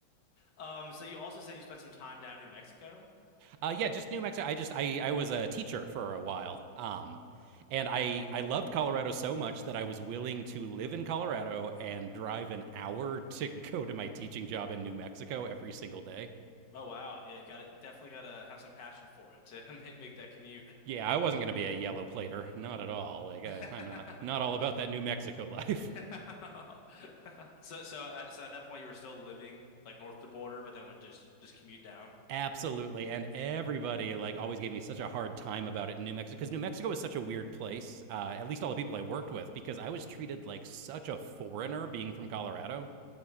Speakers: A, on the left; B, on the right.
A: Um, so you also said you spent some time down in New Mexico.
B: Uh, yeah, just New Mexico. I just I I was a teacher for a while. Um, and
A: Okay.
B: I I loved Colorado so much that I was willing to live in Colorado and drive an hour <laughs> to go to my teaching job in New Mexico every single day.
A: Oh wow. Yeah, you gotta definitely gotta have some passion for it to <laughs> make make that commute.
B: Yeah, I wasn't going to be a yellow plater, not at all. Like uh,
A: <laughs>
B: I'm not not all about that New Mexico life.
A: <laughs>
B: <laughs>
A: So so at, so at that point you were still living like north of the border, but then would just just commute down.
B: Absolutely. And everybody like always gave me such a hard time about it in New Mexico because New Mexico is such a weird place. Uh, at least all the people I worked with because I was treated like such a foreigner being from Colorado.